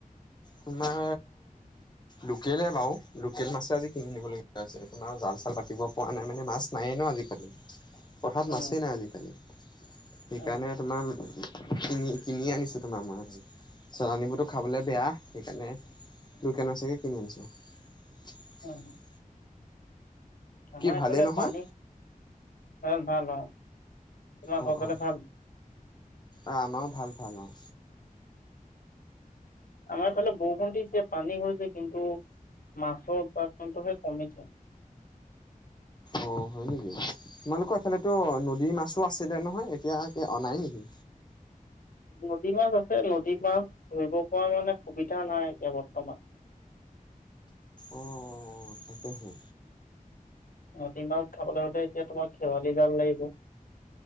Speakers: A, on the left (about 30°); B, on the left (about 70°).
A: তোমাৰ লোকেলে বাৰু লোকেল মাছে আজি কিনি নিবলগীয়া হৈছে তোমাৰ জাল চাল পাতিব পৰা নাই মানে মাছ নায়েই ন আজিকালি। পথাত
B: উম,
A: মাছে নাই আজিকালি। সেইকাৰণে
B: উম,
A: তোমাম। কিনি কিনি আনিছো তোমাৰ মাছ চালানিবোৰতো খাবলৈ বেয়া সেইকাৰণে। দোকান আছে। <unintelligible>
B: উম। আমাৰ এইফালে
A: ভালেই নহয়?
B: পানী ভাল ভাল অ'। তোমাৰ
A: অ'
B: ঘৰ ফালে
A: অ'
B: ভাল?
A: আমাৰো ভাল ভাল অ।
B: আমাৰ ফালে বৰষুণ দিছে পানী হৈছে কিন্তু মাছৰ উৎপাদনটোহে কমিছে।
A: অ' হয় নেকি তোমালোকৰ ইফালো নদীৰ মাছো আছে। <unintelligible> নহয় এতিয়া অ' নাই নেকি?
B: নদী মাছ আছে নদী মাছ ধৰিব পৰা মানে সুবিধা নাই এতিয়া বৰ্তমান।
A: অ' তাকে হে।
B: নদী মাছ খাবলৈ হলে এতিয়া তোমাক শেৱালি জাল লাগিব।